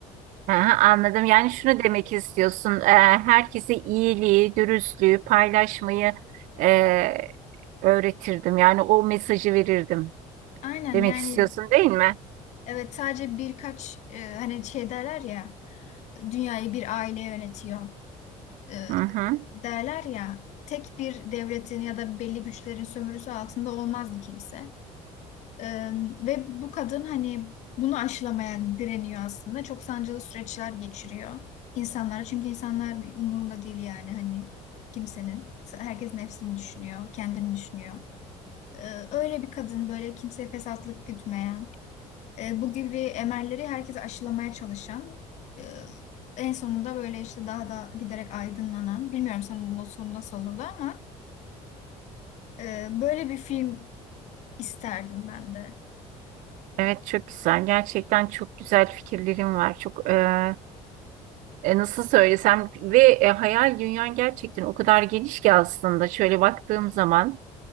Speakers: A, on the right; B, on the left.
A: Hı hı, Anladım. Yani şunu demek istiyorsun. e, Herkese iyiliği, dürüstlüğü, paylaşmayı e, öğretirdim. Yani o mesajı verirdim.
B: Aynen
A: Demek
B: yani
A: istiyorsun değil mi?
B: evet sadece birkaç e, hani şey derler ya dünyayı bir aile yönetiyor e,
A: Hı hı.
B: derler ya tek bir devletin ya da belli güçlerin sömürüsü altında olmazdı kimse. Ee, ve bu kadın hani bunu aşılamaya direniyor aslında. Çok sancılı süreçler geçiriyor insanlar. Çünkü insanlar umurunda değil yani hani kimsenin. Herkes nefsini düşünüyor, kendini düşünüyor. Ee, öyle bir kadın böyle kimseye fesatlık gütmeyen, e, bu gibi emelleri herkese aşılamaya çalışan, e, en sonunda böyle işte daha da giderek aydınlanan, bilmiyorum sonunun sonu nasıl olurdu ama e, böyle bir film isterdim ben de.
A: Evet çok güzel. Gerçekten çok güzel fikirlerim var. Çok e, e, nasıl söylesem ve e, hayal dünyan gerçekten o kadar geniş ki aslında şöyle baktığım zaman